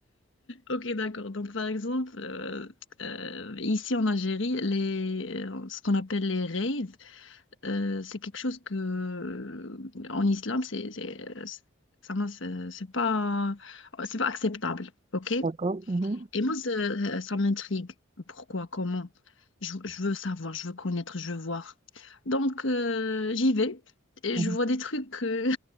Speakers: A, on the left; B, on the right.
A: Ok, d'accord. Donc, par exemple, euh, euh, ici en Algérie, les, euh, ce qu'on appelle les raves, euh, c'est quelque chose que euh, en islam, c'est, c'est, euh, c'est- ça, m'a- c'est c'est pas, c'est pas acceptable. Ok?
B: D'accord. Mhm.
A: Et moi, ça, ça m'intrigue. Pourquoi? Comment? Je, je veux savoir, je veux connaître, je veux voir. Donc, euh, j'y vais et
B: Mhm.
A: je vois des trucs que,